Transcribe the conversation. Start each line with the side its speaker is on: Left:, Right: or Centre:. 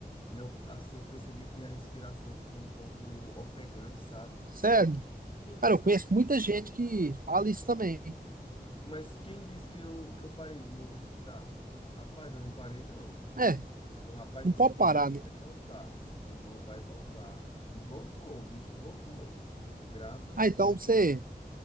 Left: meu, assim, eu percebi que minha respiração ficou um pouco ofegante, sabe?
Right: sério?
Left: Quem
Right: Cara,
Left: disse
Right: eu
Left: que
Right: conheço
Left: eu,
Right: muita gente que fala isso também.
Left: mas quem disse que eu, que eu parei de me exercitar? Rapaz, eu não parei, não.
Right: É,
Left: Eu, rapaz,
Right: não
Left: esse
Right: pode
Left: pulmão
Right: parar, né?
Left: vai voltar, esse pulmão vai voltar. E voltou, o bicho voltou. Graças
Right: Ah,
Left: a
Right: então
Left: Deus.
Right: você,